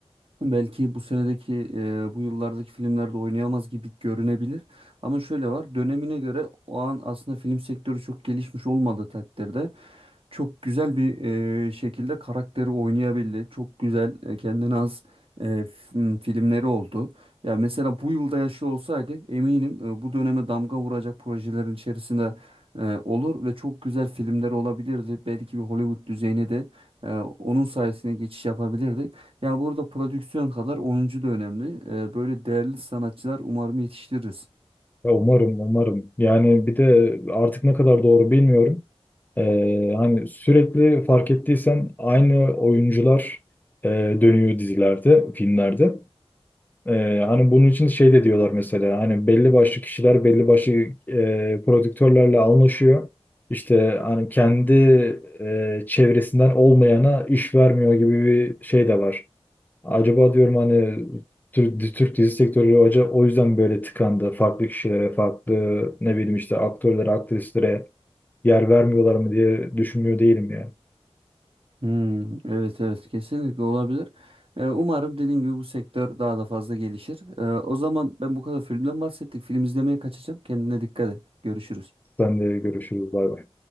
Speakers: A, on the right (about 60°); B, on the left (about 15°).
A: belki bu senedeki e, bu yıllardaki filmlerde oynayamaz gibi görünebilir. Ama şöyle var dönemine göre o an aslında film sektörü çok gelişmiş olmadığı takdirde çok güzel bir e, şekilde karakteri oynayabildi. Çok güzel e, kendine has e, film- filmleri oldu. Ya mesela bu yılda yaşlı olsaydı eminim e, bu döneme damga vuracak projelerin içerisinde e, olur ve çok güzel filmler olabilirdi. Belki bir Hollywood düzeyine de e, onun sayesinde geçiş yapabilirdik. Ya burada prodüksiyon kadar oyuncu da önemli. E, böyle değerli sanatçılar umarım yetiştiririz.
B: umarım umarım. Yani bir de artık ne kadar doğru bilmiyorum. Ee, hani sürekli fark ettiysen aynı oyuncular e, dönüyor dizilerde, filmlerde. Ee, hani bunun için şey de diyorlar mesela hani belli başlı kişiler belli başlı e, prodüktörlerle anlaşıyor. İşte hani kendi e, çevresinden olmayana iş vermiyor gibi bir şey de var. Acaba diyorum hani Türk, Türk dizi sektörü hoca o yüzden böyle tıkandı. Farklı kişilere, farklı ne bileyim işte aktörlere, aktrislere yer vermiyorlar mı diye düşünmüyor değilim ya.
A: Hmm, evet evet kesinlikle olabilir. Ee, umarım dediğim gibi bu sektör daha da fazla gelişir. Ee, o zaman ben bu kadar filmden bahsettik. Film izlemeye kaçacağım. Kendine dikkat et. Görüşürüz.
B: Sen de görüşürüz. Bay bay.